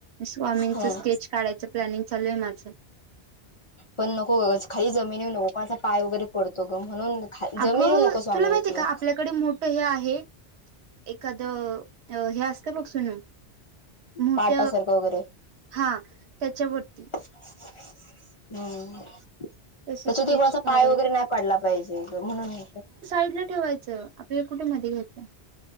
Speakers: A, on the right; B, on the left.
A: स्वामींचं
B: हम्म
A: स्केच कढायचं प्लॅनिंग चालूय हाय माझं.
B: पण नको उगाच खाली जमिनीवर नको माझा पाय वगैरे पडतो ग म्हणून
A: अगं
B: जमिनिवर नको स्वामींची.
A: तुला माहितीय का आपल्याकडे मोठं हे आहे एखादं हे असत बघ सुनू मोठ
B: पाटासारखं वगैरे
A: हा त्याच्यावरती
B: हम्म त्याच्याती
A: तस स्केच
B: कोणाचा
A: काढायच
B: पाय वगैरे नाही पडला पाहिजे म्हणून
A: साइडला ठेवायचं आपल्याला कुठे मध्ये घ्यायचं.